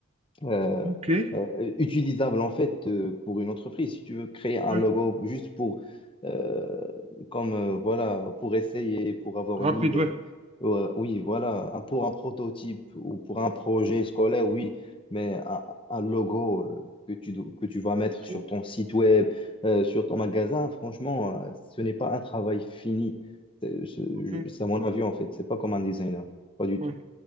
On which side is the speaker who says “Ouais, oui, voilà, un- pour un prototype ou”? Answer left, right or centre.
Left